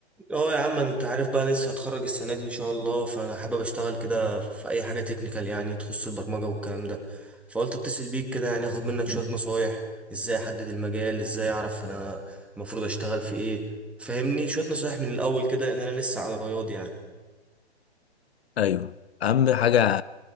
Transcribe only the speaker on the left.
ايوه اهم حاجه